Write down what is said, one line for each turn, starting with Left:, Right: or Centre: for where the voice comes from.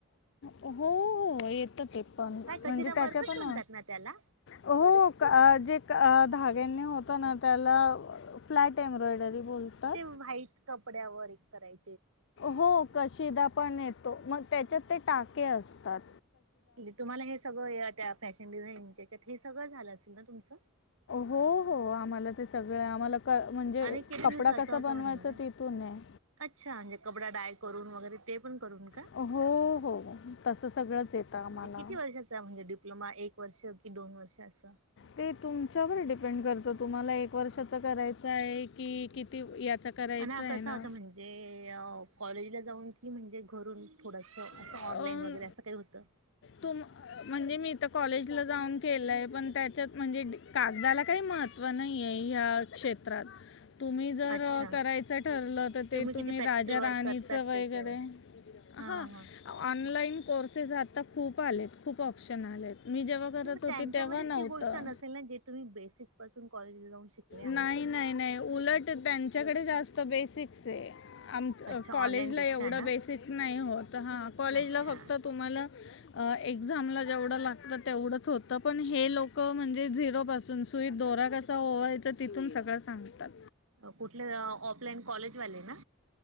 Left: हो हो येत ते. <unintelligible> म्हणजे
Right: काय कशिदा
Left: त्याच्या
Right: वर्कच
Left: पण
Right: म्हणतात ना त्याला?
Left: हो क अ जे क अ धाग्याने होतं ना त्याला अ फ्लॅ एम्ब्रॉयडरी बोलतात
Right: ते व्हाईट कप कपड्यावर एक कराय
Left: हो कशीदा पण येतो मग त्याच्यात ते टाके अस तात.
Right: मी तुम्हाला हे सगळं या त्या फॅशन डिझानच्या त्यात ही सगळं झालं असेल ना तुमचं?
Left: हो हो आम्हाला ते सगळं आम्हाला क म्हणजे
Right: आणि किती
Left: कपडा
Right: दिवसाचा
Left: कसा
Right: होता
Left: बनवायचा
Right: म्हणजे?
Left: तिथून आहे
Right: अच्छा म्हणजे कपडा डाय करून वगैरे ते पण करून का?
Left: हो हो तसं सगळंच येतं आम्हाला
Right: म्हणजे किती वर्षाचा म्हणजे डिप्लोमा एक वर्ष की दोन वर्ष असं?
Left: ते तुमच्यावर डिपेंड करतं की तुम्हाला एक वर्षाचा करायचं आहे कि किती करायचं
Right: आणि हा
Left: आहे
Right: कसा
Left: ना
Right: होता म्हणजे अ कॉलेजला जाऊन की म्हणजे घरून थोडसं असं
Left: अं,
Right: ऑनलाईन वगैरे असं काही होतं?
Left: तुम म्हणजे मी तर कॉलेजला जाऊन केलंय पण त्याच्यात म्हणजे कागदाला काही महत्त्व नाही आहे ह्या क्षेत्रात. तुम्ही जर
Right: अच्छा
Left: करायचं ठरलं तर ते तुम्ही
Right: किती प्रॅक्टिकल
Left: राजा
Right: वर्क
Left: राणीचं
Right: करतात
Left: वगैरे
Right: त्याच्यावर हा
Left: हां
Right: हा हा
Left: ऑनलाईन कोर्सेस आता खूप आलेत खूप ऑप्शन आले आहेत. मी जेव्हा करत
Right: मग
Left: होती
Right: त्यांच्यामध्ये
Left: तेव्हा नव्हतं.
Right: ती गोष्ट नसेल ना जे तुम्ही बेसिक पासून कॉलेजला जाऊन शिकले आहात
Left: नाही
Right: ना?
Left: नाही नाही उलट त्यांच्याकडे जा तो बेसिक्स आहे. आम
Right: अच्छा
Left: अ कॉलेजला
Right: ऑनलाईन पेक्षा
Left: एवढं
Right: ना
Left: बेसिक नाही होत हा कॉलेजला
Right: अच्छा
Left: फक्त तुम्हाला अ एक्झामला जेवढं लागतं तेवढंच होतं पण हे लोकं म्हणजे झिरोपासून सुई दोरा कसा ओवायचा तिथून सगळं सांगतात.
Right: कुठले ऑफलाईन कॉलेजवाले ना?